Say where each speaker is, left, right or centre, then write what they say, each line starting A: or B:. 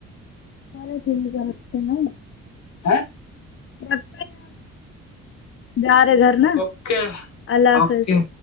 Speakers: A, on the left; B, on the left.
A: سرے ٹھیک کرتے نا
B: ہیں
A: مت جا رہے گھر نا
B: اوکے
A: اللہ حافظ
B: اوکے